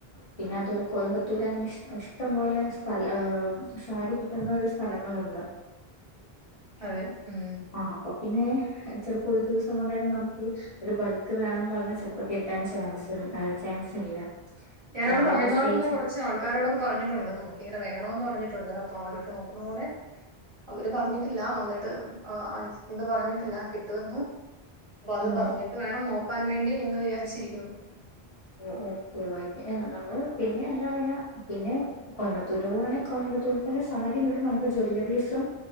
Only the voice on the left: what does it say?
പിന്നെ അതു കോയമ്പത്തൂരങ്ങനെ ഷ് ഇഷ്ടംപോലെ സ്ഥല ഏഹ് സാരി കിട്ടുന്ന ഒരു സ്ഥലങ്ങളുണ്ട്
ആഹ്‌ അപ്പൊ പിന്നെ ചെൽപ്പം ഒരു ദിവസം കൊണ്ട് തന്നെ നമ്ക്ക് ഒരു ബൾക്ക് വേണം പറഞ്ഞാ ചെൽപ്പം കിട്ടാൻ ചാൻസ് ചാൻസ് ഇല്ല
നമ്മളവിടെ
സ്റ്റേജ്
ഉം
ഉം ഉം ഒഴിവാക്കി ഏ നമ്മള് പിന്നെ എന്താ റിയാ പിന്നെ കോയമ്പത്തൂര് പോവാണെ കോമ്പത്തൂർ തന്നെ സാധ്യം കിട്ടും നമുക്ക് ജ്വല്ലറീസും